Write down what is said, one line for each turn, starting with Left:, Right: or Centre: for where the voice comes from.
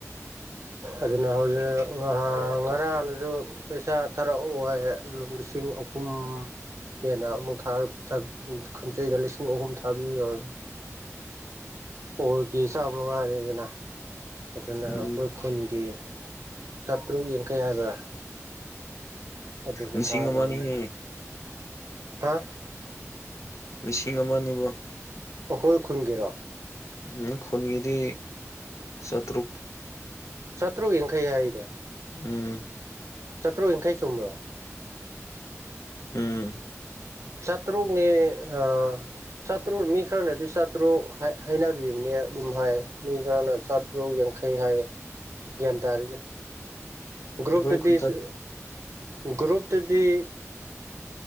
Right: ꯑꯗꯨꯅ ꯍꯧꯖꯤꯛ ꯉꯍꯥꯡ ꯉꯔꯥꯡꯗꯥꯖꯨ ꯄꯩꯁꯥ ꯊꯥꯔꯛꯑꯣ ꯍꯥꯏꯌꯦ ꯑꯗꯨ ꯂꯤꯁꯤꯡ ꯑꯍꯨꯝ ꯍꯦꯟꯅ ꯑꯃꯨꯛ ꯊꯥꯔꯛ ꯊꯥ ꯈꯣꯡꯆꯩꯗ ꯂꯤꯁꯤꯡ ꯑꯍꯨꯝ ꯊꯥꯕꯤꯒ꯭ꯔꯝꯅꯤ
Left: <inaudible>
Right: ꯄꯣꯜꯒꯤ ꯆꯥꯃ ꯉꯥꯏꯔꯦꯗꯅ ꯑꯗꯨꯅ
Left: ꯎꯝ
Right: ꯑꯩꯈꯣꯏ ꯈꯨꯟꯒꯤ ꯆꯥꯇ꯭ꯔꯨꯛ ꯌꯥꯡꯈꯩ ꯍꯥꯏꯕ꯭ꯔꯥ ꯑꯗꯨꯁꯨ
Left: ꯂꯤꯁꯤꯡ
Right: ꯊꯥꯈ꯭ꯔꯕꯅꯤꯅ
Left: ꯑꯃꯅꯤ ꯍꯦ
Right: ꯍꯥ
Left: ꯂꯤꯁꯤꯡ ꯑꯃ ꯅꯤꯕ
Right: ꯑꯩꯈꯣꯏ ꯈꯨꯟꯒꯤꯔꯣ
Left: ꯑꯝ ꯈꯨꯟꯒꯤꯗꯤ ꯆꯥꯇ꯭ꯔꯨꯛ
Right: ꯆꯥꯇ꯭ꯔꯨꯛ ꯌꯥꯡꯈꯩ ꯍꯥꯏꯌꯦꯗ
Left: ꯎꯝ
Right: ꯆꯥꯇ꯭ꯔꯨꯛ ꯌꯥꯡꯈꯩ ꯆꯨꯝꯕ꯭ꯔꯥ
Left: ꯎꯝ
Right: ꯆꯥꯇ꯭ꯔꯨꯛꯅꯦ ꯑꯥ ꯆꯥꯇ꯭ꯔꯨꯛ ꯃꯤ ꯈꯔꯅꯗꯤ ꯆꯥꯇ꯭ꯔꯨꯛ ꯍꯥꯏꯅꯕꯤꯕꯅꯦ ꯑꯗꯨꯝ ꯍꯥꯏ ꯃꯤ ꯈꯔꯅ ꯆꯥ ꯇ꯭ꯔꯨꯛ ꯌꯥꯡꯈꯩ ꯍꯥꯏꯌꯦ ꯒ꯭ꯌꯥꯟ ꯇꯥꯗꯦꯗ ꯒ꯭ꯔꯨꯞꯇꯗꯤ
Left: ꯑꯩꯈꯣꯏ ꯈꯨꯟꯊꯛ
Right: ꯁꯤ ꯒ꯭ꯔꯨꯞꯇꯗꯤ